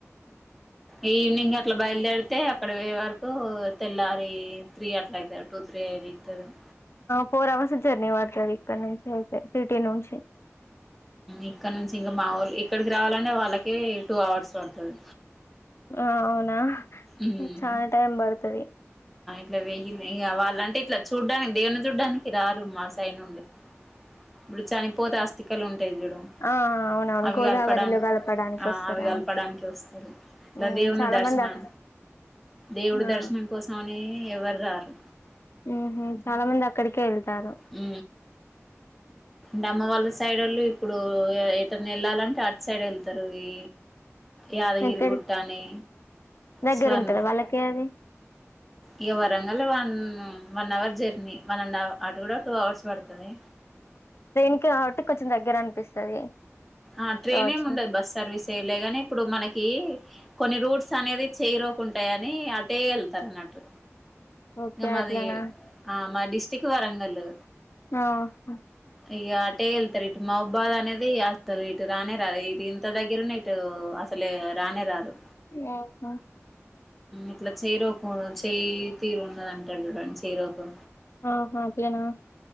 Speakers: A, in the centre; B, on the left.
A: ఈవినింగే అట్ల బయలుదేరితే అక్కడ పోయే వరకు తెల్లారి త్రీ అట్ల అయితు టూ త్రీ అ ఇతుందిని
B: ఫోర్ అవర్స్ జర్నీ పడతాది ఇక్కడ నుంచి అయితే సిటీ నుంచి
A: ఇక్కడ నుంచి ఇంగ మావొళ్ళు ఇక్కడికి రావాలంటే వాళ్ళకి టూ అవర్స్ పడుతది
B: ఆ అవునా
A: ఉమ్
B: చాన టైమ్ బడుతది
A: ఇట్ల వెయ్యి వాళ్ళంటే ఇట్లా చూడ్డానికి దేవుని చూడ్డానికి రారు మా సైడ్ నుండి ఇప్పుడు చనిపోతే ఆస్తికలు తెయడం
B: ఆ అవునవును
A: అవి
B: గోదావరిలో
A: కలపడానికి
B: కలపడానికి
A: ఆ
B: వస్తారా
A: అవి కలపడానికి వస్తారు ఇలా
B: ఉమ్
A: దేవుని
B: చాలా
A: దర్శనం
B: మంది అ
A: దేవుడి
B: ఆ
A: దర్శనం కోసం అని ఎవ్వరు రారు
B: ఉహు చాలా మంది అక్కడికే వెళ్తారు
A: ఉ నామ్మ వాళ్ళ సైడ్ ఒళ్ళు ఇప్పుడు ఏటన్న వెళ్ళాలంటే అటు సైడ్ వెళ్తారు ఇ యాదగిరి
B: ఎక్కడి
A: గుట్టనీ
B: దగ్గర
A: స్వర్ణ
B: ఉంటదా వాళ్ళకి అది
A: ఇక వరంగ లో one one hour journey one and half అటు కూడా టూ అవర్స్ పడతది
B: ట్రైన్ కి కాబట్టి కొంచెం దగ్గర అనిపిస్తది
A: ఆ ట్రైన్
B: రాజు
A: ఏమి ఉండదు బస్ సర్వీసే లేగానే ఇప్పుడు మనకి కొన్ని రూట్స్ అనేవి చెయ్ రోకు ఉంటాయని అటే వెళ్తారు అన్నట్టు
B: ఓకే
A: మాది
B: అట్లనా
A: ఆ మా డిస్టక్ట్ వరంగల్లు
B: ఆహా
A: ఇగ అటే వెళ్తారు ఇటు మాహబాద్ అనేది అసలు ఇటు రానే రదు ఇటు ఇంత దగ్గరనే ఇటు అసలే రానే రారు
B: యహో
A: ఇట్లా చేయిరోకు చేయి తీరు ఉన్నదంటాడు చూడండి చెయ్ రోకు
B: ఆహా ఉత్తిగానా